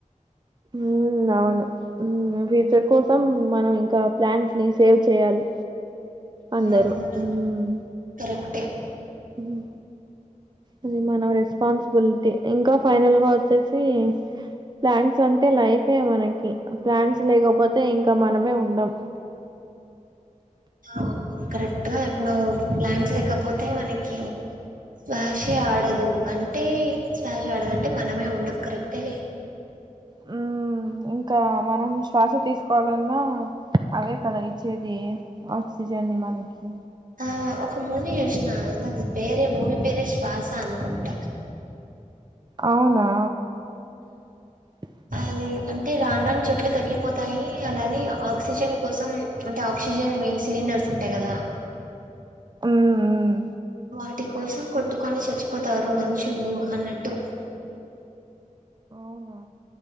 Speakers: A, on the right; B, on the right.
A: ఉమ్ అవును ఫ్యూచర్ కోసం మనం ఇంకా ప్లాంట్స్ ని సేవ్ చేయాలి. అందరూ
B: ఆ
A: మ్
B: కరెక్టే
A: ఉమ్ అది మన రెస్పాన్సిబిలిటీ ఇంకా ఫైనల్ గా వచ్చేసి ప్లాంట్స్ అంటే లైఫే మనకి ప్లాంట్స్ లేకపో తే ఇంకా మనమే ఉండం
B: ఔను కరెక్ట్ గా చొప్నావ్ ప్లాంట్స్ లేకపోతే మనకి శ్వాసే ఆడదు అంటే శ్వాష ఆడదు అంటే మనమే ఉండం కరెక్టే లే
A: హ్మ్ ఇంకా మనం శ్వాస తీసుకోవాలన్నా అవే కదా ఇచ్చేది ఆక్సిజన్ని మనకి
B: ఆ ఒక మూవీ యెష్ నాయిన నా పేరే మూవీ పేరే శ్వాస అనుకుంట.
A: అవునా డ
B: అది అంటే రాన్ రాన్ చెట్లు తగ్గిపోతాయి అలాని ఆక్సిజన్ కోసం అంటే ఆక్సిజన్ వీ సిలిండర్స్ ఉంటాయి కదా
A: హ్మ్ హ్మ్
B: వాటి కోసం కొట్టుకొని శచ్చిపోతారు మనుషులు అన్నట్టు
A: అవునా